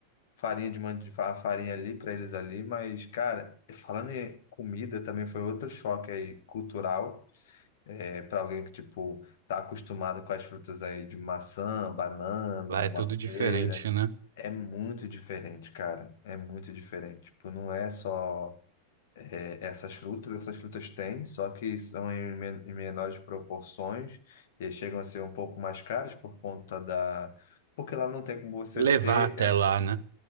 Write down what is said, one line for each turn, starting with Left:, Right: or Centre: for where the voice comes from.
Left: farinha de mandioca, farinha ali para eles ali. Mas, cara, falando em comida, também foi outro choque aí cultural é, para alguém que, tipo, tá acostumado com as frutas aí de maçã, banana,
Right: Lá é
Left: uma
Right: tudo diferente,
Left: pera,
Right: né?
Left: é muito diferente, cara. É muito diferente. Tipo, não é só é, essas frutas, essas frutas têm, só que são em, men- em menores proporções e chegam a ser um pouco mais caras por conta da. Porque lá não tem como você
Right: Levar
Left: ter
Right: até lá, né?